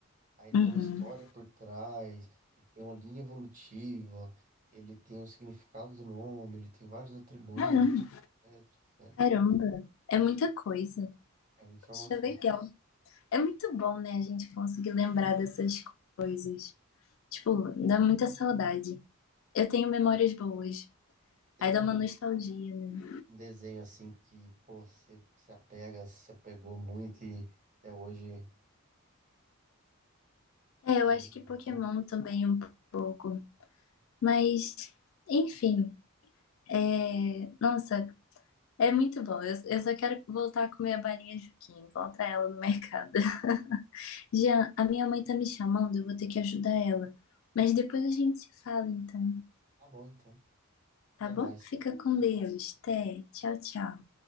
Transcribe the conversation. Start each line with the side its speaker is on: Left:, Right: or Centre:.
Right: Aí tem
Left: Uhum.
Right: uma história por trás, ele tem uma linha evolutiva, ele tem o significado do nome, ele tem vários atributos,
Left: Caramba.
Right: etc, etc.
Left: Caramba. É muita coisa.
Right: É muita
Left: Poxa,
Right: informação.
Left: legal. É muito bom, né, a gente conseguir lembrar dessas coisas. Tipo, dá muita saudade. Eu tenho memórias boas.
Right: Você
Left: Aí
Right: tem
Left: dá
Right: um,
Left: uma nostalgia, né?
Right: um desenho assim que, pô, você se apega, se apegou muito e até hoje
Left: É,
Right: lembra,
Left: eu acho que Pokémon
Right: então.
Left: também um pouco. Mas, enfim, é... Nossa, é muito bom. Eu, eu só quero voltar a comer a balinha Juquinha, encontrar ela no mercado. <laughs> Jean, a minha mãe tá me chamando, eu vou ter que ajudar ela. Mas depois a gente se fala, então,
Right: Tá bom, então.
Left: tá
Right: Até
Left: bom?
Right: mais.
Left: Fica com Deus. Até. Tchau, tchau.